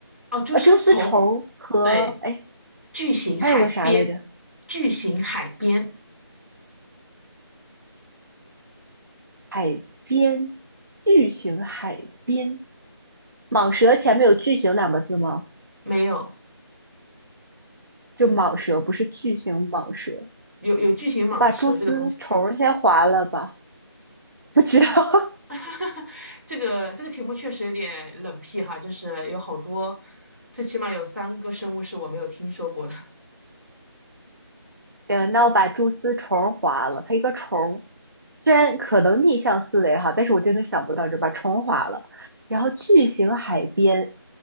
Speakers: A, on the right (about 35°); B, on the right (about 50°).
A: 哦。猪是从
B: 呃，蛛丝虫和哎，
A: 对巨型海边，
B: 还有个啥来着？
A: 巨型海边
B: 海边，巨型海边。蟒蛇前面有“巨型”两个字吗？
A: 没有
B: 就蟒蛇，不是巨型蟒蛇。
A: 有有巨型蟒蛇这个东西。
B: 我把蛛丝虫先划了吧，不知道。<laughs>
A: <laughs> 这个这个题目确实有点冷僻哈，就是有好多，最起码有三个生物是我没有听说过的。<laughs>
B: 行，那我把蛛丝虫划了，它一个虫虽然可能逆向思维哈，但是我真的想不到这把虫划了。然后巨型海边，